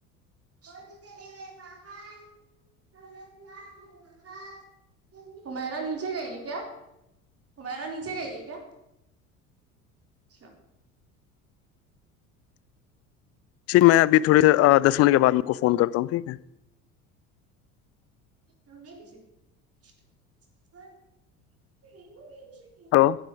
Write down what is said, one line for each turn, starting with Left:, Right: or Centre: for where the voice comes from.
Right: چلے گئے باہر <unintelligible> حمیرا نیچے گئی ہے کیا حمیرا نیچے گئی ہے کیا اچھا
Left: ٹھیک میں ابہی تھوڑی اا دس منٹ کے بعد انکو فون کرتا ہوں ٹھیک ہے
Right: <unintelligible>
Left: ہلو